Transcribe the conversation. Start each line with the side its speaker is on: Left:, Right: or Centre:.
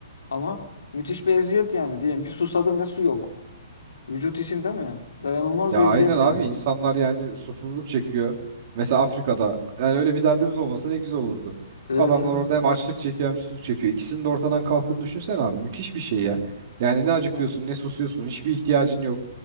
Left: Ama müthiş bir eziyet yani. Diyelim ki susadın ve su yok. Vücut için değil mi? Dayanılmaz
Right: Ya
Left: bir
Right: aynen
Left: eziyet
Right: abi
Left: yani.
Right: insanlar yani susuzluk çekiyor. Mesela Afrika'da yani öyle bir derdimiz olmasa ne güzel olurdu.
Left: Evet
Right: Adamlar
Left: evet.
Right: orada
Left: ya.
Right: hem açlık çekiyor hem susuzluk çekiyor. İkisinin de ortadan kalktığını düşünsene abi. Müthiş bir şey ya. Yani ne acıkıyorsun
Left: Evet.
Right: ne susuyorsun. Hiçbir ihtiyacın yok.